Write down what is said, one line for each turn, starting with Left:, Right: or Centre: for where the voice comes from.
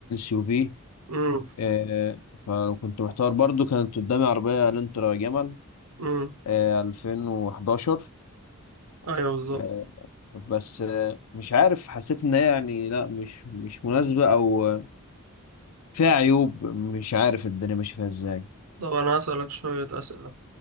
Left: يو في
Right: امم
Left: آه، فكنت محتار برضو كانت قدامي عربية لانترا جمل
Right: امم
Left: آه، 2011
Right: ايوه بالظبط
Left: آه، بس آه، مش عارف حسيت ان هي يعني لا مش مش مناسبة او فيها عيوب مش عارف الدنيا ماشيه فيها ازاي
Right: طب انا هسألك شوية اسئلة